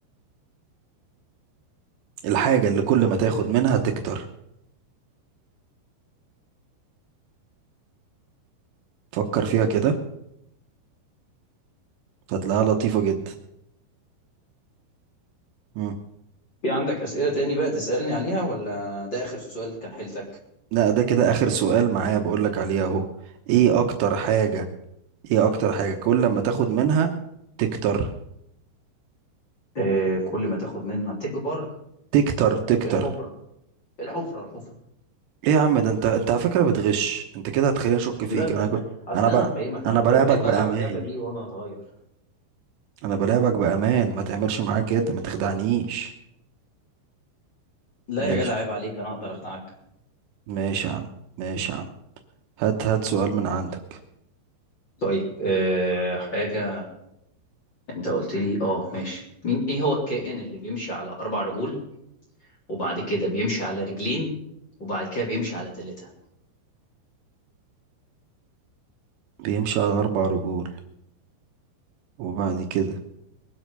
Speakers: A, on the right; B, on the left.
A: الحاجة اللي كل ما تاخد منها تكتر فكر فيها كده هتلاقيها لطيفة جدا مم.
B: في عندك أسئلة تاني بقى تسألني عليها ولا ده آخر سؤال كان حيلتك؟
A: لا ده كده آخر سؤال معايا بقولك عليه أهو إيه أكتر حاجة إيه أكتر حاجة كل ما تاخد منها تكتر
B: آه كل ما تاخد منها تكبر
A: تكتر تكتر
B: الحفرة الحفرة الحفرة
A: إيه يا عم ده أنت أنت على فكرة بتغش أنت كده هتخليني أشك فيك
B: لا صدقني
A: أنا جو...
B: أصل
A: أنا ب...
B: أنا هفهمك
A: أنا
B: أنا كنت
A: بلاعبك
B: بحب
A: بأمان
B: ألعب اللعبة دي وأنا صغير
A: أنا بلاعبك بأمان ما تعملش معايا كده ما تخدعنيش
B: لا
A: ماشي
B: يا جدع عيب عليك أنا أقدر أخدعك
A: ماشي يا عم ماشي يا عم هات هات سؤال من عندك
B: طيب آه حاجة أنت قلت لي أه ماشي مين إيه هو الكائن اللي بيمشي على أربع رجول وبعد كده بيمشي على رجلين وبعد كده بيمشي على ثلاثة
A: بيمشي على أربع رجول وبعد كده